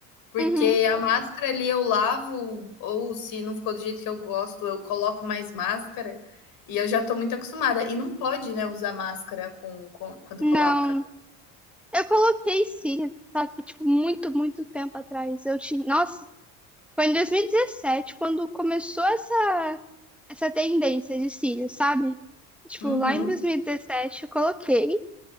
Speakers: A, on the left; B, in the centre.
A: Porque
B: Uhum.
A: a máscara ali eu lavo, ou se não ficou do jeito que eu gosto, eu coloco mais máscara, e eu já tô muito acostumada. E não pode, né, usar máscara com com quando
B: Não.
A: coloca.
B: Eu coloquei cílios, só que, tipo, muito, muito tempo atrás. Eu tinha. Nossa. Foi em 2017 quando começou essa, essa tendência de cílios, sabe? Tipo,
A: Uhum.
B: lá em 2017 eu coloquei,